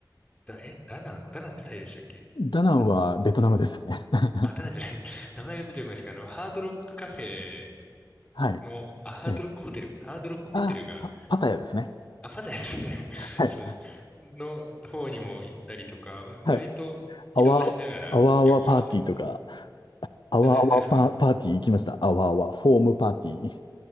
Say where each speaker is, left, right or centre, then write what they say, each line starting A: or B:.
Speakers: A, on the left; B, on the left.
A: だ、え、ダナン、ダナンってタイでしたっけダナン、
B: ダナンはベトナムですね。<laughs>
A: あ、ダナンじゃない、<laughs> 名前が出てこないですけど、あの、ハードロックカフェ
B: はい。
A: の、
B: <laughs>
A: あ、ハードロックホテル、
B: ええ
A: ハードロックホテルが、
B: あ、パ、パタヤですね。
A: あ、パタヤですね。<laughs>
B: はい。
A: そうです。の方にも行ったりとか、わ割と移動しながら旅行してます。
B: はいあわ、あわあわパーティーとか、あわあわパ、
A: な、な、なんですかね。
B: パーティー行きました。あわあわ、ホームパーティー。